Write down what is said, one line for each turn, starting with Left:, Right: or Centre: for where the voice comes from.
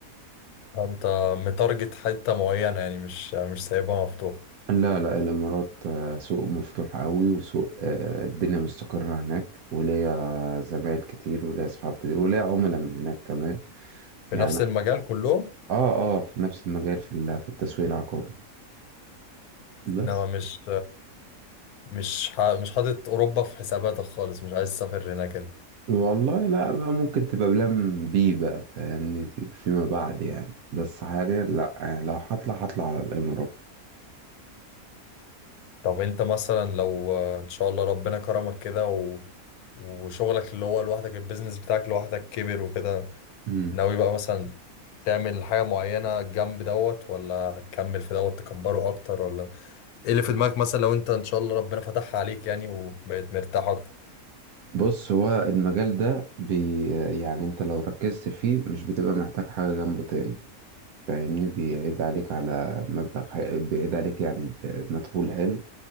Left: انت متارجت حتة معينة يعني مش مش سايبها مفتوحة
Right: لا لا الإمارات آه، سوق مفتوح قوي وسوق آه، الدنيا مستقرة هناك وليا زمايل كتير وليا أصحاب كتير وليا عملاء من هناك كمان
Left: في
Right: يعني
Left: نفس المجال كلهم
Right: اه اه في نفس المجال في ال- في التسويق العقاري بس
Left: انما مش مش ح- مش حاطط اوروبا في حساباتك خالص مش عايز تسافر هناك انت
Right: والله لا بقى ممكن تبقى بلان بي بقى فاهمني فيما بعد يعني بس حاليا لا يعني لو هطلع هطلع على الإمارات
Left: طب انت مثلا لو آه، ان شاء الله ربنا كرمك كده و... وشغلك اللي هو لوحدك البيزنس بتاعك لوحدك كبر وكده
Right: مم.
Left: ناوي بقى مثلا تعمل حاجة معينة جنب دوت ولا هتكمل في دوت تكبره أكتر ولا إيه اللي في دماغك مثلا لو أنت إن شاء الله ربنا فتحها عليك يعني وبقيت مرتاح أكتر
Right: بص هو المجال ده بي يعني انت لو ركزت فيه مش بتبقى محتاج حاجة جنبه تاني فاهمني بيعيد عليك على مبلغ حي... بيعيد عليك يعني ب- بمدخول حلو